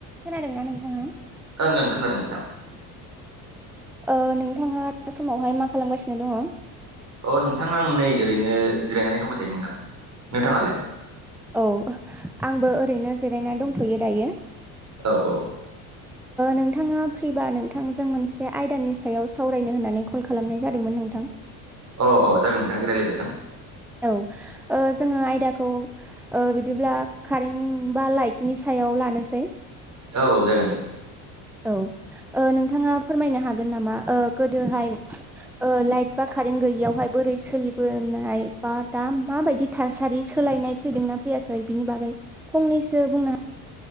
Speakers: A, in the centre; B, on the right.
A: खोनादों नोंथांङा?
B: ओं ओं खोनादों नोंथां।
A: औ नोंथाङा दा समावहाय मा खालामगासिनो दङ?
B: अ नोंथाङा आं नै ओरैनो जिरायनानै दंबाय थायो नोंथां, नोंथाङालाय?
A: औ आंबो ओरैनो जिरायनानै दंथ'यो दायो।
B: औ औ।
A: नोंथाङा फ्रिबा नोंथांजों मोनसे आयदानि सायाव सावरायनो होननानै कल खालाम खालामनाय जादोंमोन नोंथां।
B: अ औ जाग नोंथां रायज्लायजागोन।
A: औ जोङो आयदाखौ बिदिब्ला कारेन्ट बा लाइटनि सायाव लानोसै।
B: औ औ जागोन।
A: औ नोंथाङा फोरमायनो हागोन नामा गोदोहाय लाइट बा कारेन्ट गैयियावहाय बोरै सोलिबोनाय बा दा माबायदि थासारि सोलायनाय फैदोंना फैयाखै बिनि बागै फंनैसो बुंनो ह